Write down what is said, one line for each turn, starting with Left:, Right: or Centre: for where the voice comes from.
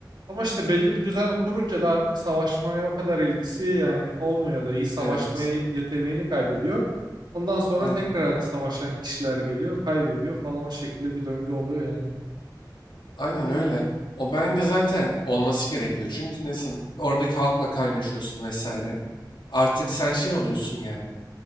Right: Ama işte belli bir düzen oturunca da artık savaşmaya o kadar ilgisi yani olmuyor ya da iyi savaşmayı
Left: Evet.
Right: yeteneğini kaybediyor. Ondan sonra
Left: Aynen.
Right: tekrar hani savaşan kişiler geliyor, kaybediyor falan o şekilde bir döngü oluyor yani.
Left: Aynen öyle. O bence zaten olması gerekiyor. Çünkü nesin? Oradaki halkla kaynaşıyorsun vesaire. Artık sen şey oluyorsun yani.